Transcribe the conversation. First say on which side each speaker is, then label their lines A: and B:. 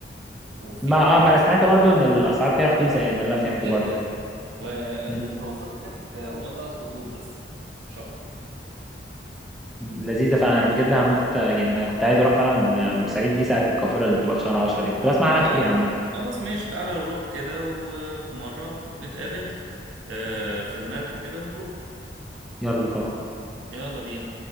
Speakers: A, on the right; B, in the centre.
A: وفي
B: ما
A: ولو
B: اه ما
A: عايز
B: انا سمعت
A: <laughs> آه،
B: برضو ان الاسعار فيها رخيصة يعني ده اللي أنا فهمته
A: جدا
B: برضو
A: والميكروباصات
B: مم،
A: هناك هم ثلاث خطوط بس مش اكتر
B: مم، لذيذة فعلا انا بجد هموت آه، يعني انا كنت عايز اروح فعلا ال- بورسعيد دي ساعة القافلة اللي بتبقى في شهر 10 دي كنت بسمع عنها
A: خلاص
B: كتير عامة
A: خلاص ماشي تعالى نروح كده وفي مرة نتقابل آه، في المرج كده ونروح
B: يلا طبعا
A: يلا بينا